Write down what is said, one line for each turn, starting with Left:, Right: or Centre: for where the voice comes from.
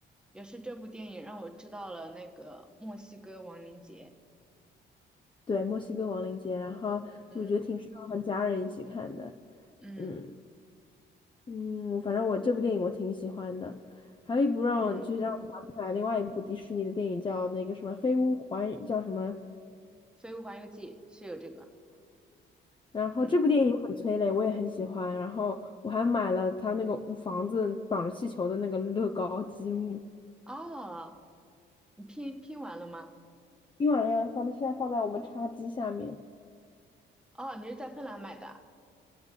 Centre: 也是这部电影让我知道了那个墨西哥亡灵节。
Left: 对，墨西哥亡灵节，然后就我觉得挺适合和家人一起看的，
Centre: 嗯嗯
Left: 嗯。嗯，我反正我这部电影我挺喜欢的，还有一部让我就是让我想起来另外一部迪士尼的电影叫那个什么《飞屋环》叫什么，
Centre: 嗯，《飞屋环游记》是有这个。
Left: 然后这部电影很催泪，
Centre: 嗯，
Left: 我也很喜欢，然后我还买了他那个屋房子绑着气球的那个乐高积木，
Centre: 哦，你拼拼完了吗？
Left: 冰完了放在现在放在我们茶几下面，
Centre: 哦，你是在芬兰买的？